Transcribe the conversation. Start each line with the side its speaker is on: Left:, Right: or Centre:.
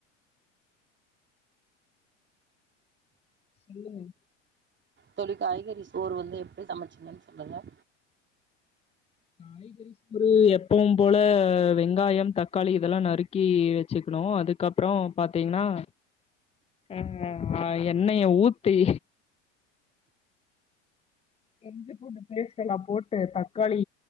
Left: சொல்லுங்க
Right: தோளி காய்கறி சோறு வந்து எப்படி சமச்சிங்கன் சொல்லுங்க
Left: காய்கறி சோறு எப்பவு போல வெங்காயம் தக்காளி இதெல்லா நறுக்கி வெச்சுக்ணு அதுக்கப்றோ பாத்தீங்ன்னா அஹ் எண்ணெய ஊத்தி இஞ்சி பூண்டு பிஸ்ட் எல்லா போட்டு தக்காளி